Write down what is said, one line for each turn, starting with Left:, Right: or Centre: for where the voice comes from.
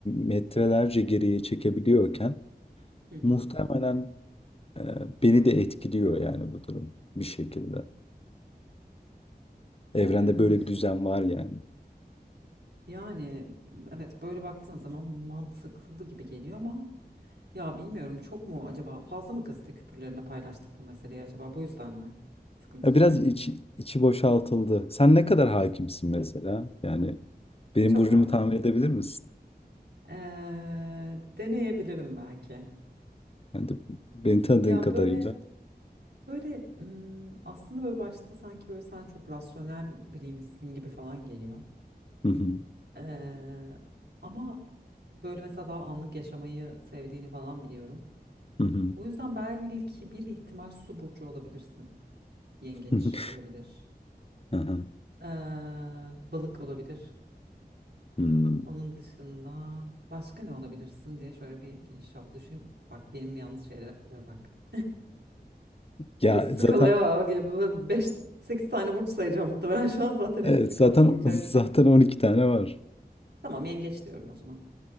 Left: metrelerce geriye çekebiliyorken
Right: hı hı.
Left: muhtemelen e, beni de etkiliyor yani bu durum bir şekilde. Evrende
Right: Ee,
Left: böyle bir düzen var yani.
Right: yani evet böyle baktığın zaman mantıklı gibi geliyor ama ya bilmiyorum çok mu acaba fazla mı gazete küpürlerinde paylaştık bu meseleyi acaba bu yüzden mi sıkıntı
Left: Ya
Right: çıkıyor?
Left: biraz içi, içi boşaltıldı. Sen ne kadar hakimsin mesela? Yani benim
Right: Çok
Left: burcumu
Right: az.
Left: tahmin edebilir misin?
Right: Ee, deneyebilirim belki.
Left: Yani de- beni tanıdığın
Right: Ya
Left: kadarıyla.
Right: böyle böyle hmm, aslında böyle başta sanki böyle sen çok rasyonel biriymişsin gibi falan geliyor.
Left: Hı hı,
Right: Eee, ama böyle mesela daha anlık yaşamayı sevdiğini falan biliyorum.
Left: hı hı,
Right: O yüzden belki bir ihtimal su burcu olabilirsin. Yengeç
Left: <laughs>
Right: olabilir.
Left: hı hı,
Right: Eee, balık olabilir.
Left: Hmm.
Right: Onun dışında başka ne olabilirsin diye şöyle bir geniş çaplı düşün. Bak benim yanlış şeylere bak. <laughs>
Left: Ya
Right: Ya Skalaya
Left: zaten
Right: bak. 5 8 tane burç sayacağım muhtemelen. Şu an zaten
Left: evet
Right: hepsini kapsayacaksın.
Left: zaten <laughs> zaten 12 tane var.
Right: Tamam yengeç diyorum o zaman.